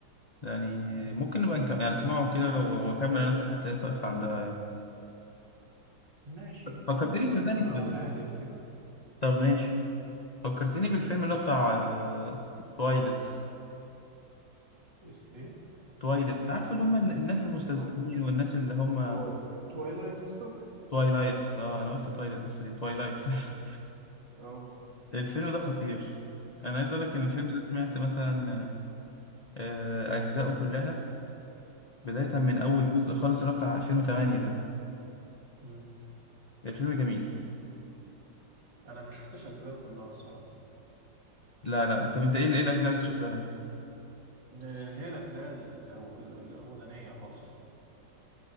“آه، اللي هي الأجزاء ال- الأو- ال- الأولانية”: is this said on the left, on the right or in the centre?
Right